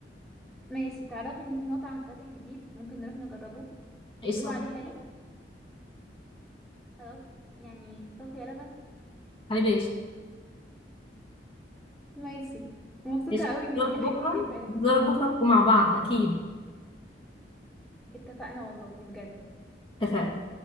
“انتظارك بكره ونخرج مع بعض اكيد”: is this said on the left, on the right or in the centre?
Left